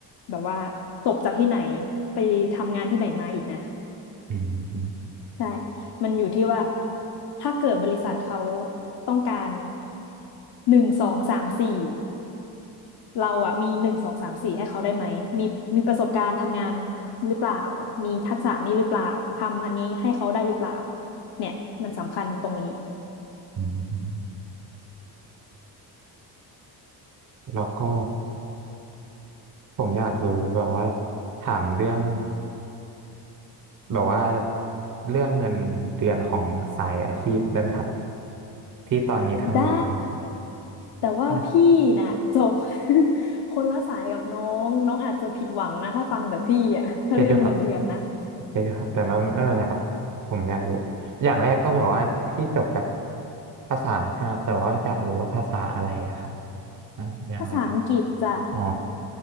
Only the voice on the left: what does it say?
แบบว่าจบจากที่ไหนไปทำงานที่ไหนมาอีกนะ
ใช่มันอยู่ที่ว่าถ้าเกิดบริษัทเขาต้องการหนึ่งสองสามสี่เราอะมีหนึ่งสองสามสี่ให้เขาได้ไหมมีมีประสบการณ์ทำงานหรือเปล่ามีทักษะนี้หรือเปล่าทำอันนี้ให้เขาได้หรือเปล่าเนี่ยมันสำคัญตรงนี้
ได้แต่ว่าพี่น่ะจบ
<laughs> คนละสายกับน้องน้องอาจจะผิดหวังนะถ้าฟังจากพี่อ่ะถ้าเรื่องเงินเดือนนะ
ภาษาอังกฤษจ้ะ